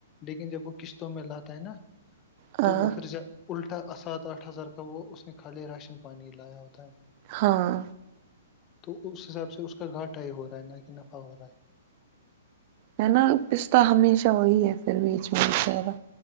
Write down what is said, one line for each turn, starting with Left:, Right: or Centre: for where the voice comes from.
Left: لیکن جب وہ قسطوں میں لاتا ہے نا
Right: ہاں
Left: تو وہ پھر الٹا سات آٹھ ہزار کا وہ اس نے خالی راشن پانی لایا ہوتا ہے
Right: ہاں
Left: تو اس حساب سے اس کا گھاٹا ہی ہو رہا ہے نہ کہ نفع ہو رہا ہے
Right: ہے نا پستا ہمیشہ وہی ہے پھر بیچچیرا